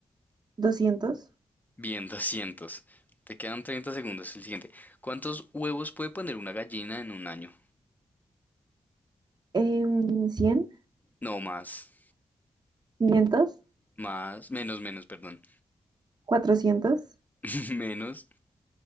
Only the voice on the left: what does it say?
Bien, 200. Te quedan 30 segundos. El siguiente. ¿Cuántos huevos puede poner una gallina en un año?
No, más.
Más. Menos, menos, perdón.
<laughs> Menos.